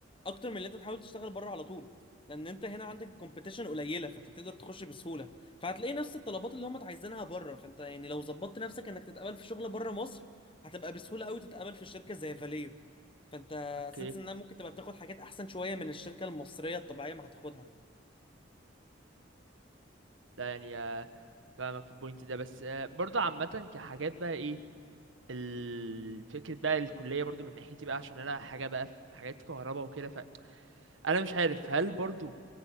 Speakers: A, on the left (about 25°); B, on the right (about 80°).
A: اكتر من اللي انت تحاول تشتغل بره على طول لان انت هنا عندك الكومبيتيشن قليله فانت بتقدر تخش بسهوله فهتلاقي نفس الطلبات اللي هم عايزينها بره فانت يعني لو ظبطت نفسك انك تتقبل في شغل بره مصر هتبقى بسهوله قوي تتقبل في شركه زي فاليو فانت
B: اوكي
A: سنس انها ممكن تبقى بتاخد حاجات احسن شويه من الشركه المصريه الطبيعيه ما هتاخدها
B: لا يعني آه، فاهمك في البوينت ده بس آه، برضو عامة كحاجات بقى ايه ال- فكرة بقى الكلية برضو من ناحيتي بقى عشان انا حاجة بقى في حاجات كهرباء وكده فانا مش عارف هل برضو